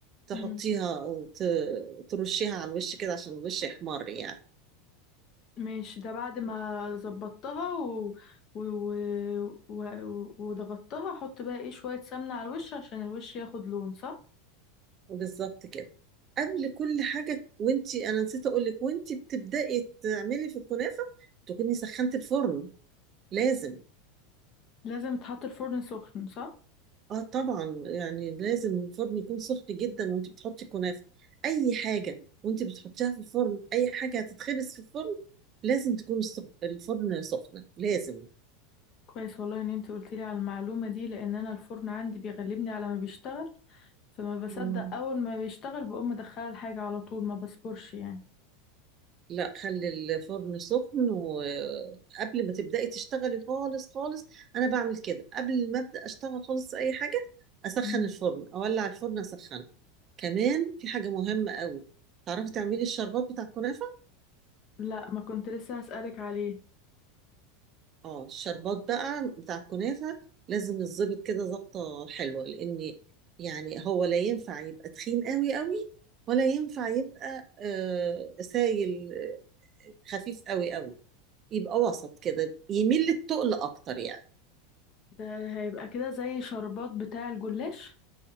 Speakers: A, on the right; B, on the left.
A: تحطيها
B: مم.
A: ت- ترشيها على الوش كده عشان الوش يحمر يعني
B: ماشي ده بعد ما ظبطتها و... و... و... و... وضغطتها احط بقى ايه شوية سمنة على الوش عشان الوش ياخد لون صح
A: بالظبط كده قبل كل حاجه وانتي انا نسيت اقول لك وانتي بتبداي تعملي في الكنافه تكوني سخنتي الفرن لازم
B: لازم يتحط الفرن سخن صح
A: اه طبعا يعني لازم الفرن يكون سخن جدا وانت بتحطي الكنافه اي حاجه وانت بتحطيها في الفرن اي حاجه هتتخبز في الفرن لازم تكون السخ- الفرن سخنه لازم
B: كويس والله ان انت قلت لي على المعلومه دي لان انا الفرن عندي بيغلبني على ما بيشتغل فما بصدق
A: مم.
B: اول ما بيشتغل بقوم مدخله الحاجه على طول ما بصبرش يعني
A: لا خلي الفرن سخن وقبل ما تبدأي تشتغلي خالص خالص أنا بعمل كده قبل ما أبدأ أشتغل خالص في أي حاجة أسخن
B: مم.
A: الفرن أولع الفرن أسخنه كمان في حاجة مهمة قوي تعرفي تعملي الشربات بتاع الكنافة
B: لا ما كنت لسه هسألك عليه
A: اه الشربات بقى بتاع الكنافة لازم الظبط كده ظبطة حلوة لأن يعني هو لا ينفع يبقى تخين قوي قوي ولا ينفع يبقى آه سايل آه، خفيف قوي قوي يبقى وسط كده يميل للتقل أكتر يعني
B: ده هيبقى كده زي شربات بتاع الجلاش